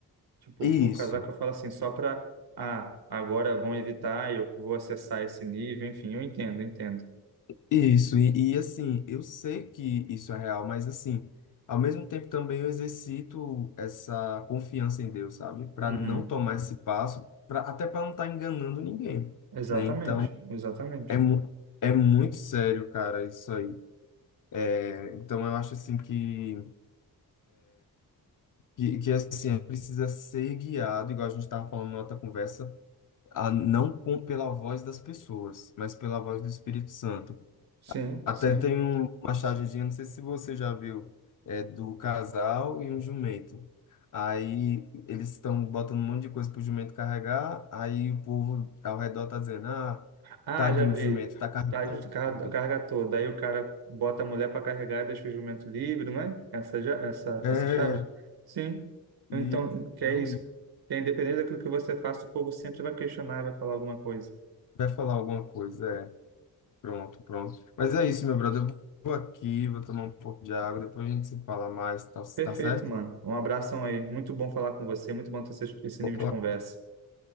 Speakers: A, on the right; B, on the left.
A: Tipo,
B: isso,
A: por casar que eu falo assim, só para, ah, agora vão evitar, eu vou acessar esse nível, enfim, eu entendo, entendo.
B: isso, e, e assim, eu sei que isso é real, mas assim, ao mesmo tempo também eu exercito essa confiança em Deus, sabe? Para
A: Uhum.
B: não tomar esse passo, pra, até para não estar enganando ninguém,
A: Exatamente,
B: né? Então,
A: exatamente.
B: é, mu- é muito sério, cara, isso aí. É, Então, eu acho assim que. que, que assim, precisa ser guiado, igual a gente estava falando na outra conversa, a, não com, pela voz das pessoas, mas pela voz do Espírito Santo.
A: Sim,
B: Até
A: sim.
B: tem um, uma chargezinha, não sei se você já viu, é do casal e um jumento. Aí eles estão botando um monte de coisa pro jumento carregar, aí o povo ao redor tá dizendo, ah,
A: Ah,
B: tadinho
A: já vi.
B: do jumento, tá carregando
A: Tá, a carga
B: tudo.
A: carga toda. Aí o cara bota a mulher para carregar e deixa o jumento livre, não é? Essa, já- essa,
B: É,
A: essa charge? Sim.
B: e
A: Então, que
B: é
A: é
B: horrível.
A: isso. Que independente daquilo que você faça, o povo sempre vai questionar e vai falar alguma coisa.
B: Vai falar alguma coisa, é. Pronto, pronto. Mas é isso, meu brother. Eu vou aqui, vou tomar um pouco de água, depois a gente se fala mais, tá,
A: Perfeito,
B: tá certo?
A: mano. Um abração aí. Muito bom falar com você. Muito bom ter esse esse nível
B: Opa.
A: de conversa.